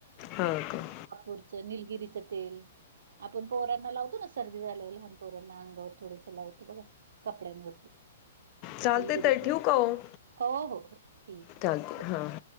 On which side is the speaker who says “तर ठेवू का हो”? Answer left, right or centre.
Left